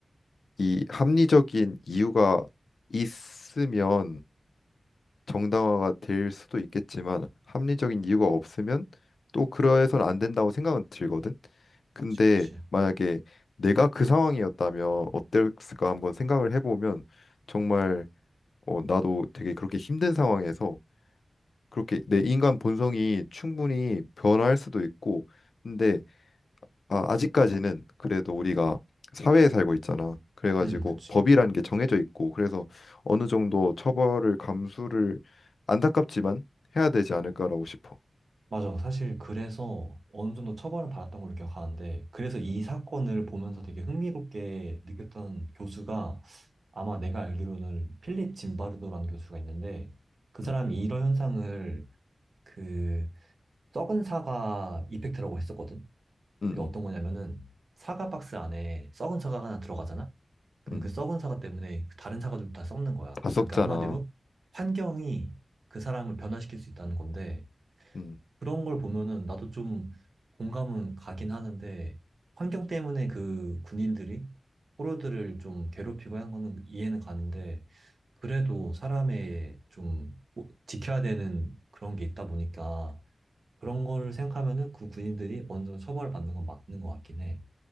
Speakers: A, on the left; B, on the right.
A: 이 합리적인 이유가 있으면 정당화가 될 수도 있겠지만 합리적인 이유가 없으면 또 그러해서는 안 된다고 생각은 들거든. 근데
B: 그치 그치
A: 만약에 내가 그 상황이었다면 어땠을까 한번 생각을 해보면 정말 어, 나도 되게 그렇게 힘든 상황에서 그렇게 내 인간 본성이 충분히 변화할 수도 있고 근데 아, 아직까지는 그래도 우리가 사회에 살고 있잖아. 그래가지고
B: 응 그치
A: 법이라는 게 정해져 있고 그래서 어느 정도 처벌을 감수를 안타깝지만 해야 되지 않을까라고 싶어.
B: 맞아. 사실 그래서 어느 정도 처벌을 받았던 걸로 기억하는데, 그래서 이
A: 음,
B: 사건을 보면서 되게 흥미롭게 느꼈던 교수가 아마 내가 알기로는 필립 짐바르도라는 교수가 있는데, 그 사람이
A: 음,
B: 이런 현상을 그 썩은 사과 이펙트라고 했었거든.
A: 음,
B: 그게 어떤 거냐면은 사과 박스 안에 썩은 사과가 하나 들어가잖아? 그럼
A: 음. 음.
B: 그 썩은 사과 때문에 그 다른 사과들도 다 썩는 거야.
A: 다 썩잖아.
B: 그러니까 한마디로 환경이 그 사람을 변화시킬 수 있다는 건데,
A: 음,
B: 그런 걸 보면은 나도 좀 공감은 가긴 하는데 환경 때문에 그 군인들이 포로들을 좀 괴롭히고 하는 거는 이해는 가는데 그래도 사람의 좀 뭐- 지켜야 되는 그런 게 있다 보니까 그런 거를 생각하면은 그 군인들이 어느 정도 처벌을 받는 건 맞는 것 같긴 해.